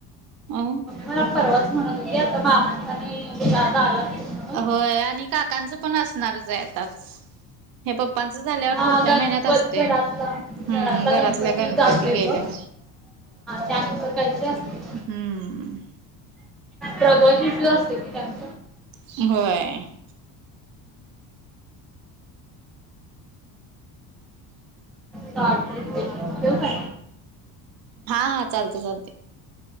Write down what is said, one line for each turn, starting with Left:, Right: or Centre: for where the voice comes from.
Right: अ
Centre: मला परवाच म्हणत होती आता मामांचा नाही वि आला. म्हणून
Right: होय आणि काकांचं पण असणारच आहे आताच. हे पप्पांच झाल्यावर
Centre: हा
Right: पुढच्या
Centre: गणपती
Right: महिन्यात असते
Centre: घरातला
Right: हम्म
Centre: घरातला
Right: घरातल्या गणपती
Centre: जातोय
Right: गेल्या
Centre: बघ त्यानंतर काहीतरी असते
Right: हम्म
Centre: रघवन जीषू असते कि त्यांच
Right: होय
Centre: ठ का
Right: हा हा चालते चालते